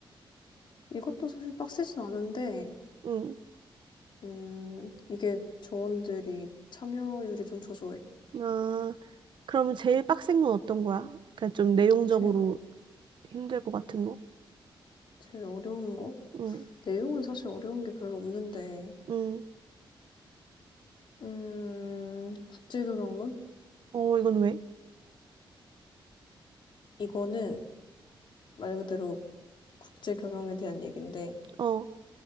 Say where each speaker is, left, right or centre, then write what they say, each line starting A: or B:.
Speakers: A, on the left; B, on the right.
A: 이것도 사실 빡세진 않은데,
B: 응.
A: 음, 이게 조원들이 참여율이 좀 저조해.
B: 아, 그러면 제일 빡센 건 어떤 거야? 그냥 좀 내용적으로
A: 제일, 어-
B: 힘들 것 같은 거?
A: 제일 어려운 거?
B: 응,
A: 내용은 사실 어려운 게 별로 없는데,
B: 응.
A: 음, 국제교양론?
B: 어, 이건 왜?
A: 이거는 말 그대로 국제 경영에 대한 얘기인데
B: 어,